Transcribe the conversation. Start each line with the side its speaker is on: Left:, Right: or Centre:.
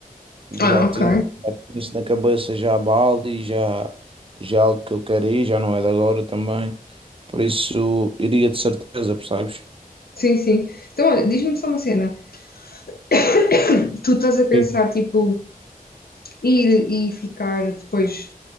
Right: já
Left: Ah,
Right: tinha,
Left: ok.
Right: já tinha isso na cabeça, já a Bali, já, já é algo que eu quero ir, já não é de agora também, por isso iria de certeza, percebes?
Left: Sim, sim. Então, olha, diz-me só uma cena. <coughs> <clears throat> Tu estás a pensar,
Right: Sim.
Left: tipo, ir e ficar depois